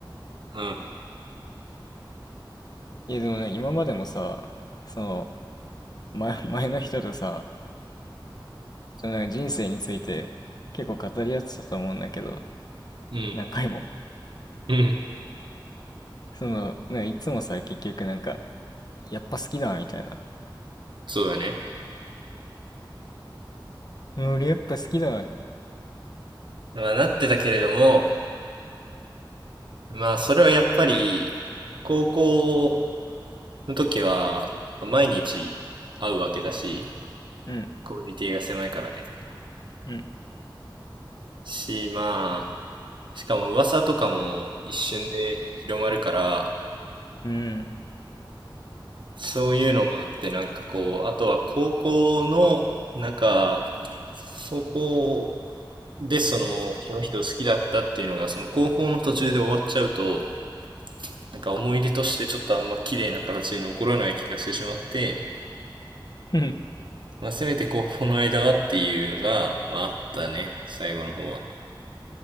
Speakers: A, on the right; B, on the left.
A: うん、
B: いや、でもね、今までもさ、その、前、前の人とさ、そのなんか人生について結構語り合ってたと思うんだけど、
A: うん、
B: 何回も。
A: うん、
B: その、なんかいつもさ、結局なんか、やっぱ好きだ、みたいな。
A: そうだね。
B: うん俺やっぱ好きだって。
A: まあなってたけれども、まあそれはやっぱり、高校の時は、毎日会うわけだし、
B: うん、
A: コミュニティが狭いからね。
B: うん、
A: し、まあ、しかも噂とかも一瞬で広まるから、
B: うん。
A: そういうのもあって、なんかこう、あとは高校の、なんか、高校でその、その人を好きだったっていうのが、その高校の途中で終わっちゃうと、なんか思い出としてちょっとあんま綺麗な形に残らない気がしてしまって、
B: ふん
A: まあ、せめて高校の間はっていうのが、まああったね、最後の方は。